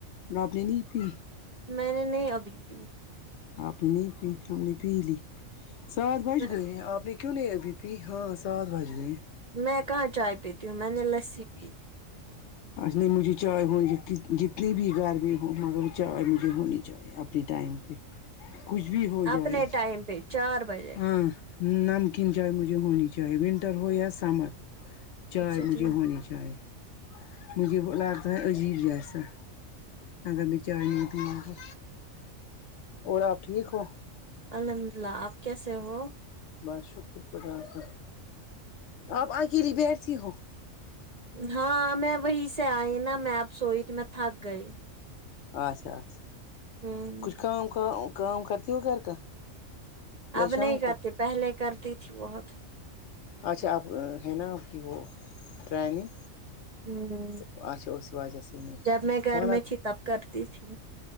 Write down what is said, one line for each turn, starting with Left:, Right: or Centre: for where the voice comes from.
Left: آپ نے نہیں پی
Right: میں نے نہیں ابھی پی
Left: آپ نے نہیں پی ہم نے پی لی سات بج
Right: میں
Left: گئے آپ نے کیوں نہیں ابھی پی ہاں سات بج گئے
Right: میں کہاں چائے پیتی ہوں میں نے لسی پی
Left: نہیں مجھے چائے ہو ج جتنی بھی گرمی ہو مگر وہ چائے مجھے ہونی چاہی اپنی ٹائم پہ کچھ بھی ہو
Right: اپنے
Left: جائے
Right: ٹائم پہ چار بجے
Left: ہاں نمکین چائے مجھے ہونی چاہیے ونٹر ہو یا سمر چائے
Right: اچھا
Left: مجھے
Right: ٹھیک
Left: ہونی چاہیے مجھے تو لگتا ہے عجیب جسا اگر میں چائے نہیں پیون گی اور آپ ٹھیک ہو
Right: الحمد اللہ آپ کیسے ہو
Left: بس شکر خدا کا آپ اکیلی بیٹھتی ہو
Right: ہاں میں وہیں سے آئی نا میں آپ سوئی تو میں تھک گئی
Left: آچھا اچھا
Right: ہوں
Left: کچھ کام کام کام کرتی ہو گھر کا یا
Right: اب
Left: شام
Right: نہیں کرتی
Left: کو
Right: پہلے کرتی تھی بہت
Left: اچھا اب ہے نہ آپ کی وہ ٹریننگ
Right: ہوں
Left: اچھا اسی وجہ سے نہیں
Right: جب میں گھر
Left: کھانا
Right: میں تھی تب کرتی تھی